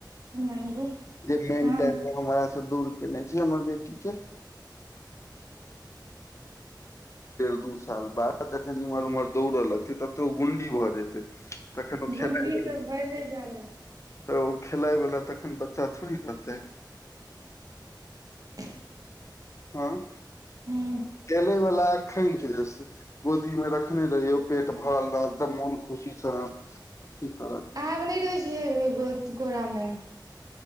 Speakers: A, on the right; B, on the left.
A: नहि
B: <unintelligible>
A: हँ
B: हम से दूर केने छी हमर बेटी के <inaudible> <unintelligible> दू साल बाद जखन इन्हर उम्हरौड़ दौड़ तब ते ओ गुंडी भऽ जेते तखन त
A: गुंडी
B: खेनाइ
A: तऽ
B: <inaudible>
A: भेले जा रहल छै
B: तऽ ओ खेलाय वला तखन बच्चा थोड़े रहतै।
A: <unintelligible>
B: हँ <unintelligible>
A: <unintelligible>
B: खेले वला आखन छै। गोदी मे रखने रहियौ पेट भरल रहल तऽ मोन खुशी से अथी करत
A: आब नहि रहैत छै, एगो अथी कोरा मे